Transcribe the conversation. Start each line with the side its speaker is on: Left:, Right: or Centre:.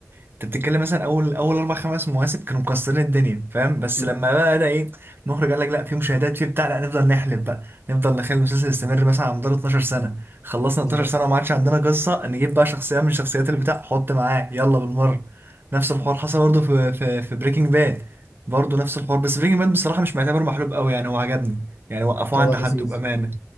Right: انت بتتكلم مثلا اول اول اربع خمس مواسم كانوا مكسرين الدنيا فاهم بس
Left: امم
Right: لما بقى ده ايه المخرج قال لك لا في مشاهدات في بتاع لا نفضل نحلب بقى نفضل نخلي المسلسل يستمر مثلا على مدار 12 سنه خلصنا
Left: بالظبط
Right: 12 سنه وما عادش عندنا قصه نجيب بقى شخصيه من شخصيات البتاع حط معاه يلا بالمره نفس الحوار حصل برضه في في في بريكنج باد برضه نفس الحوار بس بريكنج باد بصراحه مش معتبر محلوب قوي يعني هو عجبني يعني وقفوه
Left: هو
Right: عند حد
Left: لذيذ
Right: بامانه